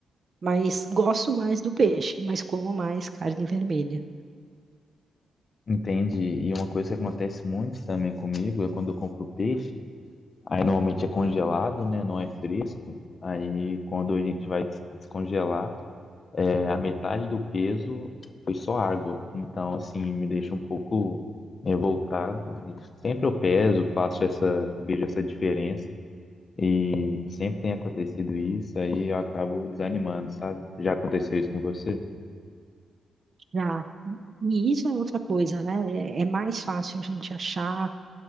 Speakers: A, on the right (about 40°); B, on the left (about 35°).
A: mas gosto mais do peixe, mas como mais carne vermelha.
B: Entende? E uma coisa que acontece muito também comigo é quando eu compro peixe, aí normalmente é congelado, né? Não é fresco. Aí quando a gente vai des- descongelar é, a metade do peso foi só água. Então, assim, me deixa um pouco revoltado. E sempre eu peso, faço essa, vejo essa diferença. E sempre tem acontecido isso, aí eu acabo desanimando, sabe? Já aconteceu isso com você?
A: Já. E isso é outra coisa, né? É é mais fácil a gente achar